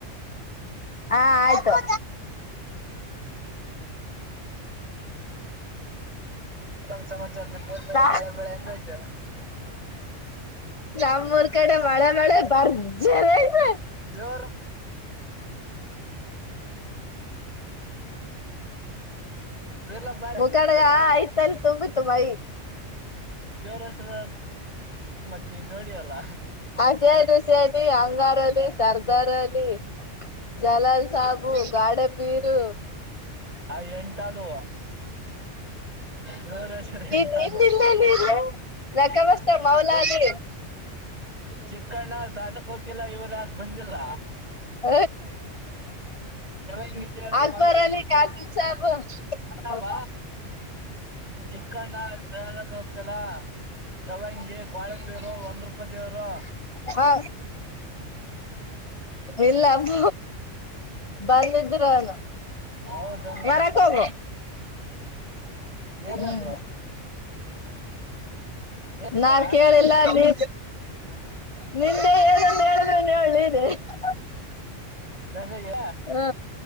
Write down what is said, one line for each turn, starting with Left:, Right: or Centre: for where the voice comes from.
Left: ಹಾ ಆಯ್ತು ಹ
Right: ಮತ್ತೇನ್ ಸಮಾಚಾರ ನಿಮ್ ಮೂರ್ ಕಡೆ
Left: ನಾ
Right: ಮಳೆ ಬೆಳೆ ಹೆಂಗೈತೆ
Left: ನಾಮರು ಕಡೆ ಮಳೆ ಮಳೆ ಭರ್ಜರಿ ಐತೆ
Right: ದೇವ್ರ ಪಿರ್ಲ ಬಾರಿ
Left: ಮುಖಡಗ ಆಯ್ತಲ್ಲಿ ತುಂಬ ಭೈ
Right: ಹೆ ಮತ್ತತ್ ನೀನ್ ನೋಡಿಯಲ್ಲ
Left: ಹ ಸೇ ಸಲಿ ಅಂಗಾರಲ್ಲಿ ಸರ್ದಾರಲ್ಲಿ ಜಲಲ್ ಸಾಬು ಗಾಡೆ ಪೀರು
Right: ಆ ಎಂಟ ಆದ್ವು ಜೋರ ಸ ಎಂಟುದ್ವು
Left: ಇನ್ ಇನ್ನಿಲ್ಲೇಲ್ಲಿ
Right: ಎಥ
Left: ಇಲ್ಲೇ ಲಕ್ಕಬಸ್ತ ಮೌಲಾಲಿ
Right: ಚಿಕ್ಕಣ್ಣ ಸಾಧು ಕೋಕಿಲ್ ಇವ್ರ ಬಂದಿಲ್ಲ
Left: ಹ
Right: ಶವಂಗಿ
Left: ಅಕ್ಬರ
Right: ಒಂದು
Left: ಅಲ್ಲಿ ಕಾಸಿಮ ಸಾಬ್ ಹ್ಮ
Right: ಅಲ್ಲಮ್ಮ ಚಿಕ್ಕಣ್ಣ ಸಾಧು ಕೋಕಿಲ ಚವಂಗಿ ಬಾಳೆಪೀರು ಒಂದ್ ರೂಪ ದೇವರು
Left: ಹಾ ಇಲ್ಲ ಅಬ ಬಂದಿದ್ರನು
Right: ಹೌದನು
Left: ಹೊರಕ್ ಹೋಗು
Right: ಏನಂದ್ರು
Left: ಹ್ಮ್
Right: ಹೇಗಿದೆ
Left: ನಾನ್ ಕೇಳಿಲ್ಲ ನೀ ನಿನ್ನೆ ಏನಂತ ಹೇಳಿದ್ರು ಹೇಳಿ ಹ
Right: ನನೆಯ
Left: ಹ